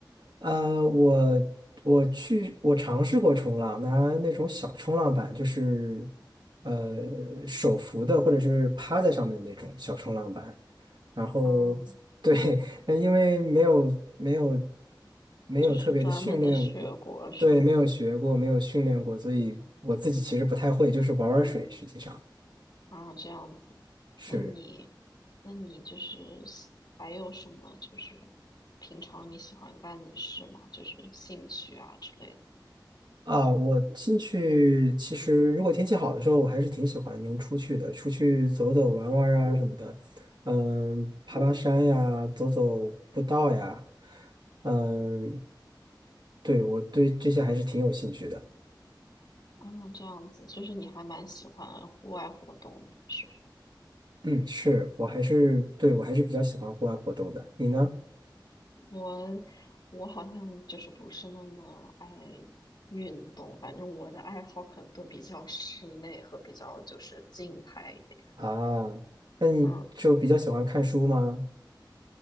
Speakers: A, on the right; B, on the left.
A: 呃，我我去我尝试过冲浪，拿那种小冲浪板，就是呃手扶的或者是趴在上面的那种小冲浪板。然后对，
B: 嗯，
A: <laughs> 那因为没有没有没有特别的训练过，
B: 就是专门的学过是吧？
A: 对，没有学过，没有训练过，所以我自己其实不太会，就是玩玩水，实际上
B: 啊，这样子，
A: 是。
B: 那你，那你就是喜还有什么就是平常你喜欢干的事吗？就是兴趣啊之类的。
A: 啊，我进去其实如果天气好的时候，我还是挺喜欢能出去的，出去走走玩玩啊什么的，嗯，爬爬山呀，走走步道呀，嗯，对，我对这些还是挺有兴趣的。
B: 啊，这样子，就是你还蛮喜欢户外活动的，是吧
A: 嗯，是我还是对我还是比较喜欢户外活动的。你呢？
B: 我，我好像就是不是那么爱运动，反正我的爱好可能都比较室内和比较就是静态一点。
A: 啊，那你就比较喜欢看书吗？
B: 嗯。